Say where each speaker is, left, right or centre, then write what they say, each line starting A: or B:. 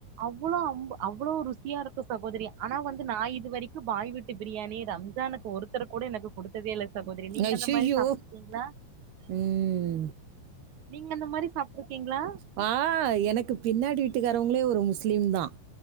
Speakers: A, on the right (about 60°); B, on the right (about 80°).
A: அவ்வளோ அம் அவ்வளோ ருசியா இருக்கும் சகோதரி ஆனா வந்து நான் இது வரைக்கும் பாய் வீட்டு பிரியாணி ரம்ஜானுக்கு ஒருத்தரை கூட எனக்கு கொடுத்ததே இல்ல சகோதரி நீங்க
B: அஷ
A: அந்த மாரி
B: யோ
A: சாப்ட்ருக்கீங்களா
B: உம்
A: நீங்க அந்த மாதிரி சாப்ட்டிருக்கீங்களா
B: வா எனக்கு பின் பின்னாடி வீட்டுக்காரவங்களே ஒரு முஸ்லீம் தான்